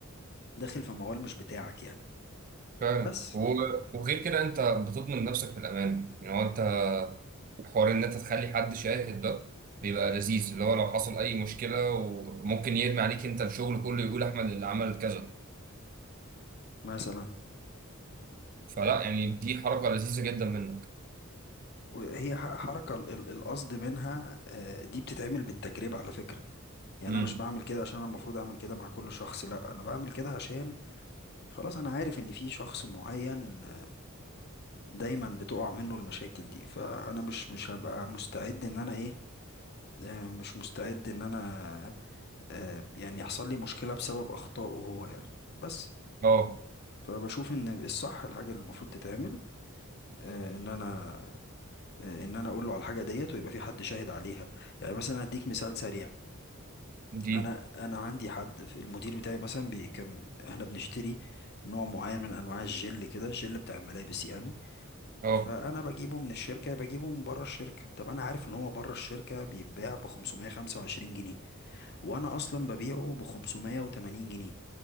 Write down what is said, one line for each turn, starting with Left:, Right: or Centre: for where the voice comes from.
Left: داخل في موال مش بتاعك يعني
Right: فعلا
Left: بس
Right: و- وغير كده انت بتضمن نفسك في الامان يعني هو انت حوار ان انت تخلي حد شاهد ده بيبقى لذيذ اللي هو لو حصل اي مشكلة وممكن يرمي عليك انت الشغل كله يقول احمد اللي عمل كذا
Left: مثلا
Right: فلا يعني دي حركة لذيذة جدا منك
Left: هي ح- حركة ال- ال- القصد منها آه، دي بتتعمل بالتجربة على فكرة يعني
Right: امم
Left: انا مش بعمل كده عشان انا المفروض اعمل كده مع كل شخص لا انا بعمل كده عشان خلاص انا عارف ان في شخص معين دايما بتقع منه المشاكل دي فانا مش مش هبقى مستعد ان انا ايه آه، مش مستعد ان انا آه، يعني يحصل لي مشكلة بسبب اخطائه هو يعني بس
Right: اه
Left: فبشوف ان الصح الحاجة اللي المفروض تتعمل آه، ان انا آه، ان انا اقول له على الحاجة ديت ويبقى في حد شاهد عليها يعني مثلا هديك مثال سريع
Right: دي
Left: انا انا عندي حد في المدير بتاعي مثلا بي كان احنا بنشتري نوع معين من انواع الجل كده الجل بتاع الملابس يعني
Right: اه
Left: فانا بجيبه من الشركه بجيبه من بره الشركه طب انا عارف ان هو بره الشركه بيتباع ب 525 جنيه وانا اصلا ببيعه ب 580 جنيه